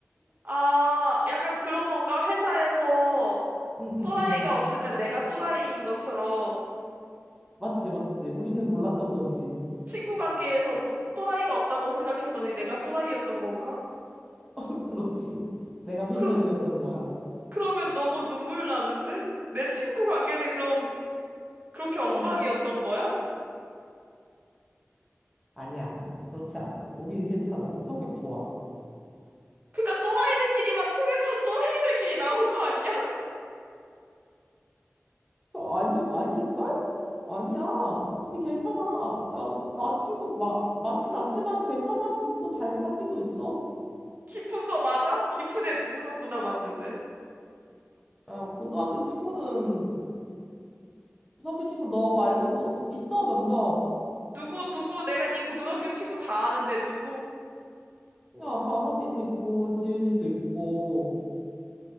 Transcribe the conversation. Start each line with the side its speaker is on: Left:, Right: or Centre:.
Right: 아, 약간 그런 건가? 회사에서
Centre: 응응응응.
Right: 또라이가 없으면 내가 또라이인 것처럼
Centre: 맞지, 맞지. 우리는 몰랐던 거지.
Right: 친구 관계에서도 또라이가 없다고 생각했더니 내가 또라이였던 건가?
Centre: <laughs> 그렇지. 내가 빌런이었던
Right: 그러,
Centre: 거야.
Right: 그러면 너무 눈물 나는데? 내 친구 관계는 그럼 그렇게 엉망이었던
Centre: 어.
Right: 거야?
Centre: 아니야, 아니야. 그렇지 않아. 우리 괜찮아. 우리 성격 좋아.
Right: 그러니까 또라이들끼리만 통해서 또라이들끼리 나온 거 아니야? <laughs>
Centre: 어, 아니, 아닐걸? 아니야. 우리 괜찮아. 야, 나 친구 마, 많진 않지만 괜찮아. 깊고 잘 사귀고 있어.
Right: 깊은 거 맞아? 깊은 애 누구누구나 맞는데.
Centre: 야, 고등학교 친구는, 고등학교 친구 너 말고 또 있어, 몇 명.
Right: 누구 누구 내가 네 고등학교 친구 다 아는데 누구?
Centre: 야, 다롬이도 있고, 지은이도 있고,